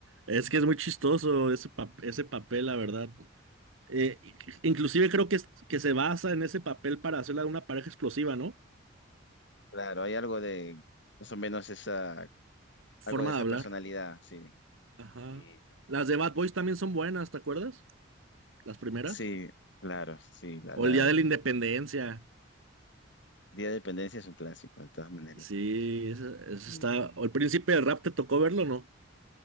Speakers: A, on the right; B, on the left.
A: Es que es muy chistoso ese, pa- ese papel, la verdad. Eh, i- inclusive creo que, es- que se basa en ese papel para hacerla una pareja explosiva, ¿no?
B: Claro, hay algo de más o menos esa,
A: Forma
B: algo de esa
A: de hablar.
B: personalidad, sí.
A: Ajá.
B: Y
A: Las de Bad Boys también son buenas, ¿te acuerdas? Las primeras.
B: Sí, claro, sí, la,
A: O
B: la
A: el Día de la Independencia.
B: Día de Dependencia es un clásico, de todas maneras.
A: Sí, esa, esa
B: Mm.
A: está. O el Príncipe de Rap, ¿te tocó verlo, no?